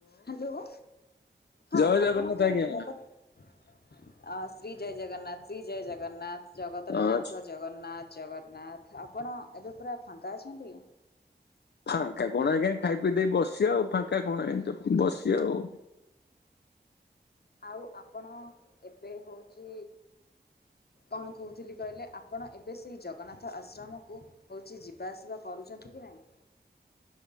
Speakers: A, on the left; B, on the left.
A: ହ୍ୟାଲୋ, ହଁ
B: ଜୟ
A: ଆପଣଙ୍କୁ
B: ଜଗନ୍ନାଥ ଆଜ୍ଞା
A: ମୋ କ ଅ ଶ୍ରୀ ଜୟ ଜଗନ୍ନାଥ, ଶ୍ରୀ ଜୟ ଜଗନ୍ନାଥ, ଜଗତର
B: ଆଚ୍ଛା,
A: ନାଥ ଜଗନ୍ନାଥ ଜଗନ୍ନାଥ, ଆପଣ ଏବେ ପୁରା ଫାଙ୍କା ଅଛନ୍ତି?
B: ଫାଙ୍କା କଣ ଆଜ୍ଞା, ଖାଇ ପିଇ ଦେଇ ବସିଚି ଆଉ, ଫାଙ୍କା କଣ ଆ ବସିଚି ଆଉ।
A: ଆଉ ଆପଣ, ଏବେ ହେଉଛି କଣ କହୁଥିଲି କହିଲେ ଆ ଆପଣ ଏବେ ସେହି ଜଗନ୍ନାଥ ଆଶ୍ରମକୁ ହେଉଛି ଯିବାଆସିବା କରୁଛନ୍ତି କି ନାହିଁ?